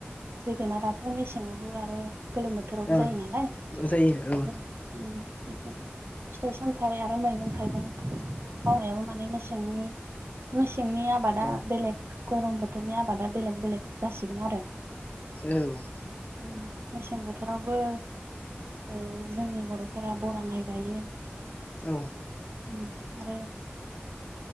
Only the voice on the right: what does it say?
जोगोनाराथ' मेसेंआवबो आरो गोलोम बोथोरावबो
जायो नालाय
<unintelligible> फिथाइ सामथाइ आरो मैगं थाइगं मावनायाबो माने मेसेंनि, मेसें मेसेंनि आबादा
बेलेग गरम बोथोरनि आबादा बेलेग बेलेग। जासिगोन
ओम मेसें बोथोरावबो ओ जोंनि बर'फोरा बरा माइ गायो।
ओम आरो